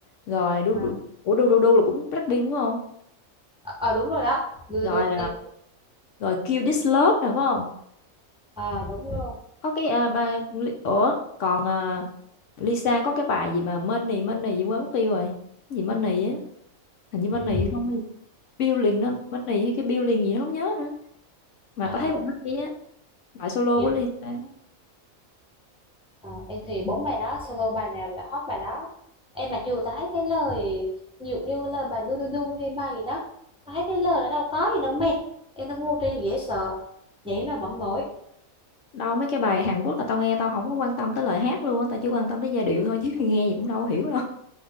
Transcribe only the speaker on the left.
rồi đu
đu ủa đu đu đu là cũng Blackpink đúng không
rồi
rồi Kill This Love nè phải không
có cái à, bài ủa còn à, Lisa có cái bài gì mà Money Money gì quên mất tiêu rồi Cái gì Money á hình như Money
không hay Building nó Money hay cái Building gì nó không nhớ nữa mà
tao thấy bài
hát hay
á bài solo
của Lisa
đâu mấy cái bài Hàn Quốc là tao nghe tao không có quan tâm tới lời hát luôn á tao chỉ quan tâm tới giai điệu thôi chứ <laughs> nghe gì cũng đâu hiểu đâu